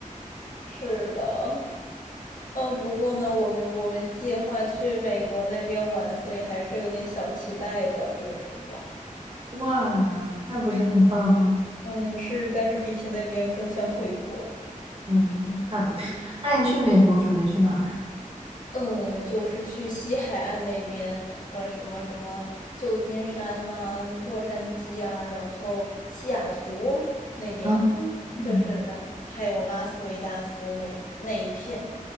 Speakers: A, on the left; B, on the right.
A: 是的，嗯，不过呢，我们我们计划去美国那边玩，所以还是有点小期待的这个暑假。
B: 哇，那不是很棒吗？
A: 嗯，是，但是比起那边更想回国。
B: 嗯，那倒是。
A: 嗯。
B: 那你去美国准备去哪儿啊？
A: 嗯，呃就是去西海岸那边，呃，什么什么旧金山呐、洛杉矶啊，然后西雅图那边，
B: 啊，嗯
A: 就是嗯，还有拉斯维加斯那一那一片，